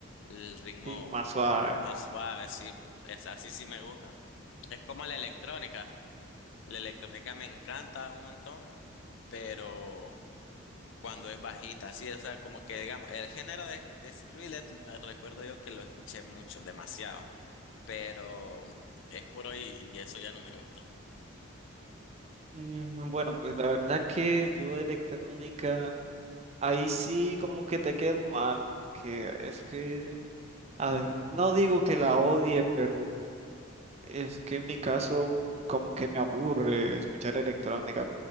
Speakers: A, on the left (about 65°); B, on the right (about 30°).
A: el ritmo.
B: y más suave.
A: Más suave, sí. Es, así sí me gusta. Es como la electrónica. La electrónica me encanta un montón, pero cuando es bajita, sí, o sea, como que digamos, el género de, de Skrillex, me recuerdo yo que lo escuché mucho, demasiado, pero es por hoy y eso ya no me gusta.
B: Mm, Bueno, pues la verdad que yo de electrónica, ahí sí como que te quedo mal, que es que, a ver, no digo que la odie, pero Es que en mi caso, como que me aburre escuchar electrónica.